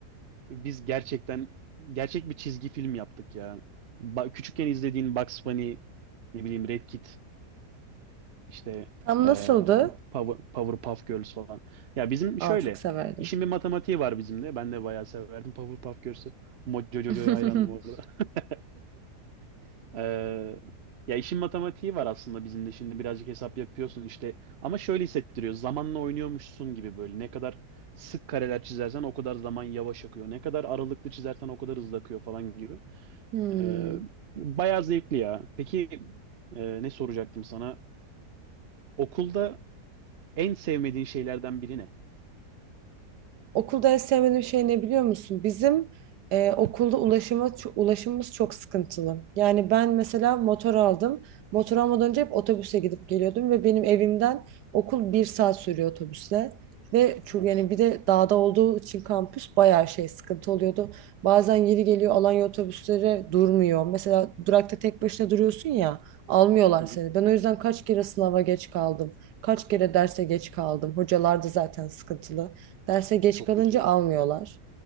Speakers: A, on the right; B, on the right.
A: Biz gerçekten gerçek bir çizgi film yaptık ya. Ba- küçükken izlediğin Bugs Bunny, ne bileyim Red Kit, işte
B: Tam
A: eee
B: nasıldı?
A: Power, Powerpuff Girls falan. Ya bizim
B: Aa
A: şöyle,
B: çok severdim.
A: işin bir matematiği var bizim de. Ben de bayağı severdim Powerpuff Girls'ü. Mojojojo'ya
B: <laughs>
A: hayrandım orada. <laughs> Ee, ya işin matematiği var aslında bizim de şimdi birazcık hesap yapıyorsun işte. Ama şöyle hissettiriyor. Zamanla oynuyormuşsun gibi böyle. Ne kadar sık kareler çizersen o kadar zaman yavaş akıyor. Ne kadar aralıklı çizersen o kadar hızlı akıyor falan gibi.
B: Hmm.
A: Ee, bayağı zevkli ya. Peki e, ne soracaktım sana? Okulda en sevmediğin şeylerden biri ne?
B: Okulda en sevmediğim şey ne biliyor musun? Bizim e, okulda ulaşıma, ço- ulaşımımız çok sıkıntılı. Yani ben mesela motor aldım. Motor almadan önce hep otobüse gidip geliyordum ve benim evimden okul bir saat sürüyor otobüsle. Ve çünkü
A: Of.
B: yani bir de dağda olduğu için kampüs bayağı şey sıkıntı oluyordu. Bazen yeri geliyor Alanya otobüsleri durmuyor. Mesela durakta tek başına duruyorsun ya almıyorlar
A: Hı
B: seni.
A: hı.
B: Ben o yüzden kaç kere sınava geç kaldım. Kaç kere derse geç kaldım. Hocalar da zaten sıkıntılı. Derse geç
A: Çok
B: kalınca
A: kötü ya.
B: almıyorlar.